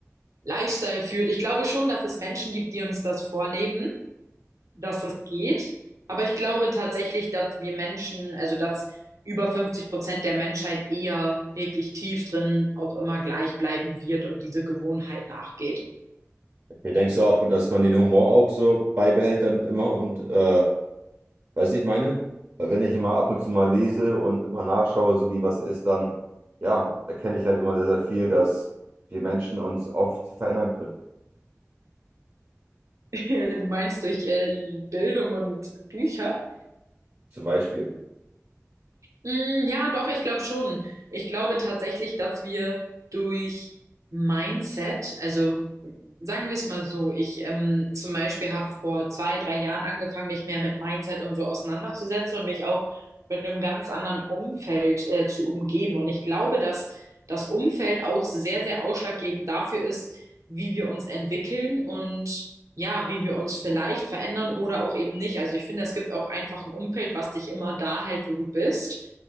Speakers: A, on the right; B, on the right.
A: Lifestyle führt. Ich glaube schon, dass es Menschen gibt, die uns das vorleben, dass das geht. Aber ich glaube tatsächlich, dass wir Menschen, also dass über 50 Prozent der Menschheit eher wirklich tief drin auch immer gleich bleiben wird und diese Gewohnheit nachgeht.
B: Okay, denkst du auch, dass man den Humor auch so beibehält dann immer und äh, weißt du, ich meine? Weil wenn ich immer ab und zu mal lese und immer nachschaue, so wie was ist, dann ja, erkenne ich halt immer sehr, sehr viel, dass wir Menschen uns oft verändern können.
A: <laughs> Du meinst durch äh, Bildung und Bücher?
B: Zum Beispiel.
A: Mm, ja, doch, ich glaube schon. Ich glaube tatsächlich, dass wir durch Mindset, also sagen wir es mal so, ich ähm, zum Beispiel habe vor zwei, drei Jahren angefangen, mich mehr mit Mindset und so auseinanderzusetzen und mich auch mit einem ganz anderen Umfeld äh, zu umgeben. Und ich glaube, dass das Umfeld auch sehr, sehr ausschlaggebend dafür ist, wie wir uns entwickeln und ja, wie wir uns vielleicht verändern oder auch eben nicht. Also ich finde, es gibt auch einfach ein Umfeld, was dich immer da hält, wo du bist